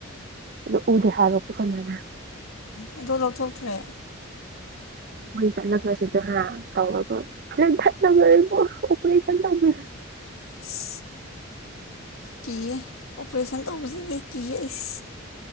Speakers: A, on the right; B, on the left.
A: ꯑꯗꯨ ꯎꯗꯦ ꯍꯥꯏꯕ ꯑꯩꯈꯣꯏ ꯃꯥꯅ
B: ꯎꯝ ꯗꯂꯣ ꯇꯧ ꯐ꯭ꯔꯦ
A: ꯍꯣꯏ ꯆꯂ ꯀꯁꯤꯗꯦ ꯍꯥ ꯀꯧꯒ ꯑꯣꯄꯁ
B: ꯑꯁ ꯀꯤꯌꯦ ꯑꯣꯄꯔꯦꯁꯟ ꯇꯧꯕꯁꯤꯗꯤ ꯀꯤꯌꯦ ꯑꯩꯁ